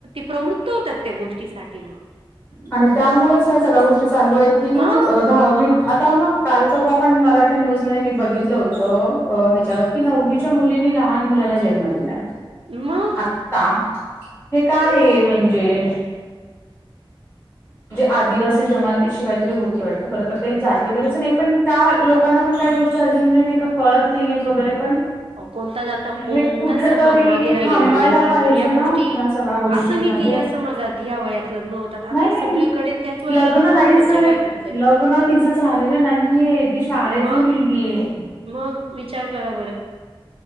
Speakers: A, on the right (about 85°); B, on the left (about 20°).
A: प्रवृत्त होतात त्या गोष्टीसाठी मग
B: आणि त्यामुळेच ह्या सगळ्या गोष्टी चालू आहेत की
A: हा
B: दहावी आता काल परवा पण मला वाटतं न्यूज मध्ये मी बघितलं होतं ह्याच्यावर की नववीच्या मुलीनी लहान मुलाला जन्म दिलाय.
A: मग
B: आता हे <inaudible> काय म्हणजे <inaudible> ण जे आदिवासी जमाती शिवाय <inaudible> वाटर जाते वगैरेच नाही पण त्या लोकांना पण काही गोष्टी अजून नाही का कळत नाहीयेत वगैरे पण
A: हो कोणता <inaudible> ज आाता कोणताच
B: हे कुठ
A: समाज
B: तरी
A: मागे राहिलेला
B: थांबायला
A: नाही.
B: पाहिजे
A: पण या
B: ना
A: गोष्टी
B: ह्या सगळ्या गोष्टींमध्ये
A: असं नाही की या मजात ह्या वयात लग्न होतात आता
B: नाही, नाही
A: सगळीकडे त्याच वयात
B: लग्न नाहीच
A: होतात
B: झालं.
A: जे वयात
B: लग्न तिचं झालेलं नाहीये. ती शाळेतली
A: मग
B: मुलगी आहे.
A: मग विचार करा बरं.